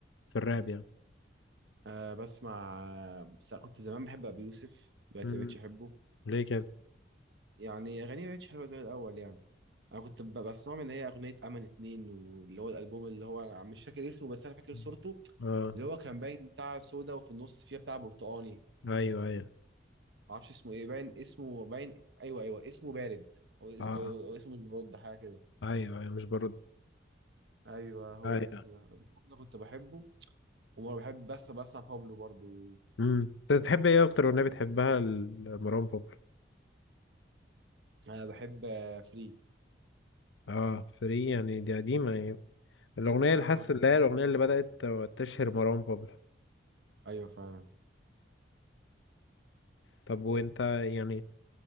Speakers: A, on the left; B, on the right.
A: في الراب يعني
B: أه بسمع بس كنت زمان بحب ابي يوسف دلوقتي
A: مم.
B: مبقتش احبه
A: ليه كده
B: يعني أغانيه مبقتش حلوة زي الأول يعني أنا كنت ب- بسمعهم إن هي أغنية أمل اتنين واللي هو الألبوم اللي هو مش فاكر اسمه بس أنا فاكر
A: مم.
B: صورته
A: اه
B: اللي هو كان باين بتاع سودا وفي النص فيها بتاع برتقاني
A: ايوه ايوه
B: معرفش اسمه إيه باين اسمه باين أيوه أيوه اسمه بارد أو,
A: اه
B: اس- أو, أو اسمه مش برد حاجة كده
A: ايوه ايوه مش برد
B: أيوه هو
A: ايوه
B: الاسم ده أنا كنت بحبه وما بحب بس بسمع بابلو برضو
A: امم انت بتحب ايه اكتر اغنيه بتحبها لمروان بابلو
B: أنا بحب آه، فري
A: اه فري يعني دي قديمه يعني. الأغنية اللي
B: اه
A: حاسس
B: انا بحب
A: اللي
B: اغاني
A: هي الأغنية
B: بابلو
A: اللي بدأت تشهر مروان بابلو
B: ايوه فعلا
A: طب وأنت يعني